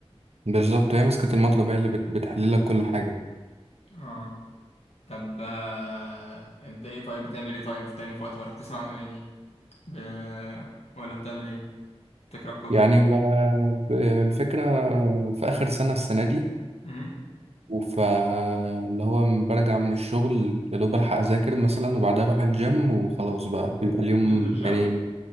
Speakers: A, on the right; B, on the left.
A: بالظبط هي مسكة المضرب هي اللي بت- بتحللك كل حاجة
B: اه طب آه، انت ايه طيب بتعمل ايه طيب تاني في وقت ولا بتسمع أغاني ب... ولا بتعمل ايه تقرأ كتب
A: يعني ب- ب- الفكرة في آخر سنة السنة دي
B: امم
A: فاللي هو م- برجع من الشغل يا دوب الحق اذاكر مثلا وبعدها اروح الجيم وخلاص بقى بيبقى اليوم
B: بتنزل جيم
A: يعني